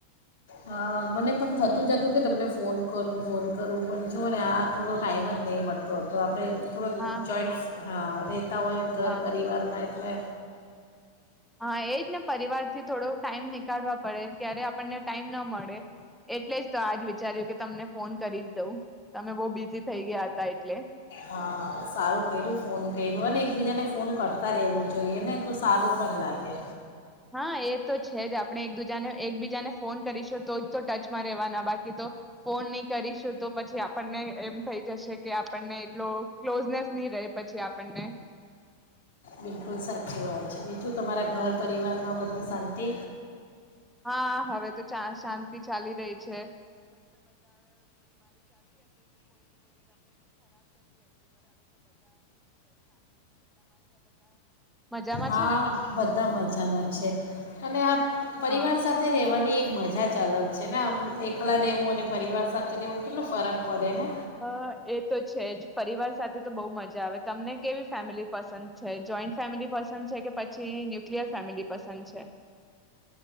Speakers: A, on the left; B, in the centre.
A: હા મને પણ થતું જતું કે તમને ફોન કરું ફોન કરવું પણ જુઓ ને આ થોડો ટાઈમ જ નહીં મળતો હતો આપણે થોડોક
B: હા
A: જોઈન્ટ હા રહેતા હોય ઘર
B: હા
A: પરિવારમાં એટલે
B: હા એજ ને પરિવાર થી થોડો ટાઈમ નીકળવા પડે ક્યારે આપણને ટાઈમ મળ એટલે જ તો આજ વિચાર્યું કે તમને ફોન કરી જ દઉં તમે બહ બિઝ થઈ ગયા હતા એટલે
A: હા સારું કર્યું ફોન કર્યું અને એકબીજાને ફોન કરતા રહેવું જોઈએ ને તો સારું પણ લાગે.
B: હા એ તો છે જ આપણે એક દીજાને એકબીજાને ફોન કરીશું તો તો ટચમાં રેવાના બાકી તો ફોન નહી કરીશું તો પછી આપણને એમ થઈ જશે કે આપણને એટલો ક્લોઝનેસ નહી રહે પછી આપણને
A: બિલકુલ સાચી વાત છે. બીજું તમારા ઘર પરિવારમાં બધી શાંતિ
B: હા હવે તો શાંતિ ચાલી રહી છે. મજામાં
A: હા
B: છે
A: બધા મજામાં છે અને આ પરિવાર
B: હા
A: સાથે રહેવાની એક મજા જ અલગ છે ને આમ એકલા રહેવું અને પરિવાર સાથે રહેવું કેટલો ફરક પડે ને
B: હા એ તો છે જ પરિવાર સાથે તો બહુ મજા આવે તમને કેવી ફેમિલી પસંદ છે? જોઈન્ટ ફેમિલી પસંદ છે? કે પછી ન્યુક્લિયર ફેમિલી પસંદ છે?